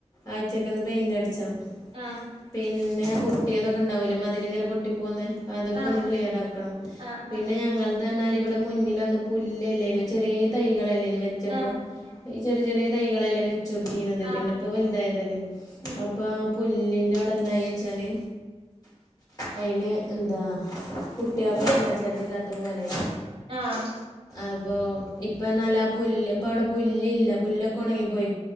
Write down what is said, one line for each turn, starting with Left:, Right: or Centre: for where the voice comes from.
Left: അഴിച്ചെങ്ങൊന്നു പെയിൻ്റ് അടിച്ചണം
Right: ആഹ
Left: പിന്നെ ആ പൊട്ടിയതൊക്കെ ഉണ്ടാവൂലും മതിലിങ്ങനെ പോന്ന് അതൊക്കെ
Right: ആഹ്
Left: ഒന്ന് ക്ലിയർ ആക്കണം
Right: ആഹ്
Left: പിന്നെ ഞങ്ങൾ എന്ത പറാൽ ഇവിടെ മുന്നിൽ വന്ന പുല്ല്ലേനും ചെറിയ തൈകളല്ലേനും വെച്ചപ്പോ
Right: ആഹ്
Left: ഈ ചെറിയ ചെറിയതയി ല്ല വെച്ച കൊടുത്തിന്നത് പിന്നപ്പം
Right: ആഹ് ആഹ്
Left: വലുതായ തല്ലേ
Right: ഉം
Left: അപ്പൊ പുല്ല് അയച്ചാലി അയിന എന്താ കുട്ടികൊക്കെ
Right: വേ
Left: എണാ ചെട്ട ഇല്ലാത്ത പോലെ
Right: ആഹ്
Left: അപ്പോ ഇപ്പൊ നല്ല പുല്ല് ഇപ്പ അവിടെ പുല്ലില്ല പുലൊക്കെ ഉണങ്ങി പോയി